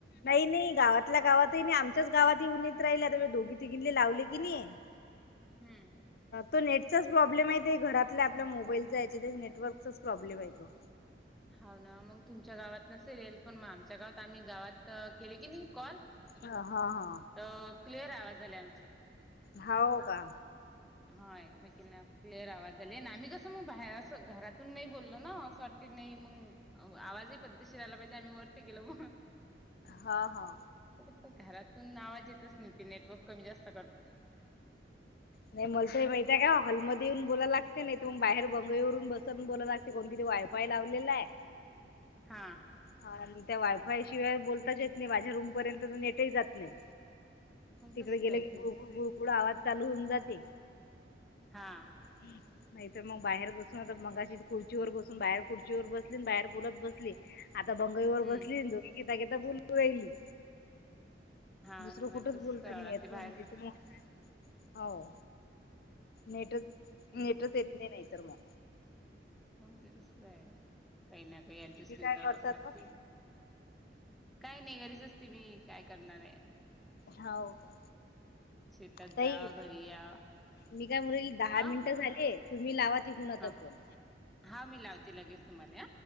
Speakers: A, on the left; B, in the centre.
A: नाही नाही गावातल्या गावातही नाही आमच्याच गावातही येऊन येत राहिल्या तरता दोघी तिघिनले लावले कणी. <inaudible>
B: हम्म.
A: तो नेटचाच प्रॉब्लेम आहेे. घरातल्या आपल्या मोबाईलचा याच्या त्या नेटवर्कचाच प्रॉब्लेम आहे तो.
B: हांव ना मग तुमच्या गावात नसेल. पण मग आमच्या गावात आम्ही गावात केले की नाही कॉल.
A: हा हा हा.
B: अ.. क्लिअर आवाज झाले आमचे.
A: हांव का.
B: हा एकमेकींना क्लिअर आवाज झाले. आम्ही कसं मग बार नाही बोललो ना घरातून असं वाटतं. नाही मग आवाजही पद्धत शीर आला पाहिजे. आम्ही वरती गेलो मग.
A: हा हा.
B: असं कसं घरातून आवाज येतच नाही. ते नेटवर्क कमी जास्त करते.
A: नाही मला तरी माहितय का हॉलमध्ये येऊन बोलाय लागते. नाही ते मग बाहेर बंगईवरून बसवून बोला लागते. ते कोण किती वायफाय लावलेलाय.
B: हा.
A: हा त्या वायफाय शिवाय बोलताच येत नाही. माझ्या रूमपर्यंत तर नेटही जात नाही.
B: मग
A: तिकडे
B: तसच
A: गेले
B: आहे
A: की
B: ते
A: गुळगुळ गुळगुळ आवाज चालू होऊन जाते.
B: हा.
A: हम्म. नाही तर मग बाहेर बसून आता मगाशी कुडचीवर बसून बाहेर कुडचीवर बसली बाहेर बोलत बसली. आता बंगईवर
B: हम्म
A: बसली आणि झोके घेता घेता बोलू राहिली.
B: हा
A: दुसरं
B: ना मगं
A: कुठंच
B: तसंच
A: बोलता
B: करावं
A: नाही
B: लागते
A: येत नाही
B: बाहेर.
A: हो हांव‌ नेटच
B: तसच
A: नेटच येतं. ने नाही तर मग.
B: मग ते तसं आहे. काही ना काही अऍडजस्टमेंट
A: तुम्ही काय
B: करावच
A: करतात
B: लागते.
A: ओ?
B: काय नाही घरीच असते मी, काय करणार आहे.
A: हांव का.
B: शेतात
A: ताई
B: जा घरी या
A: मी काय म्हणाले दहा
B: हा
A: मिनिटे झालेत. तुम्ही लावा तिकून आता
B: हा.
A: फोन.
B: हा मी लावते लगेच तुम्हाला